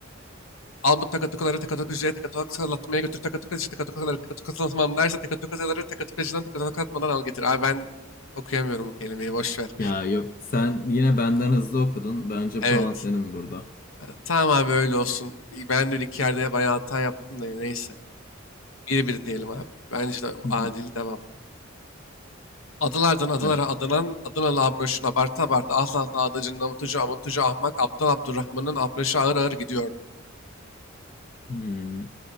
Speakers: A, on the left; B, on the left.
A: Al bu takatukaları takatukucuya takatukalatmaya götür takatukatıcı takatukaları takatukalatmam derse takatukaları takatukatıcıdan takatukalatmadan al getir. Abi ben okuyamıyorum bu kelimeyi boş ver.
B: Ya yok sen yine benden hızlı okudun. Bence
A: Evet.
B: puan senin burada.
A: Ha, Tamam abi öyle olsun. Ben de bir iki yerde bayağı hata yaptım da neyse. Bir bir diyelim abi. Bence de
B: Hı
A: adil
B: hı.
A: devam. Adalardan adalara
B: Evet.
A: adanan, Adanalı Abraş'ın abartı abartı asla azla adacın avutucu avuntucu ahmak aptal Abdurrahman'ın Abraş'ı ağır ağır gidiyordu.
B: Hmm.